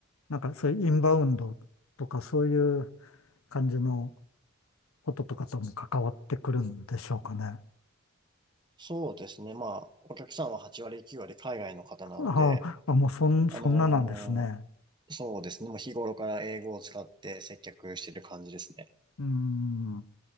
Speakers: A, on the left; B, on the right.
A: なんかそういうインバウンドとかそういう感じのこととかとも関わってくるんでしょうかね。
B: そうですね。まあ、お客さんは8割9割海外の方なので、
A: ああ、もうそん、そんななんですね。
B: あのーそうですね。もう日頃から英語を使って接客してる感じですね。
A: うん。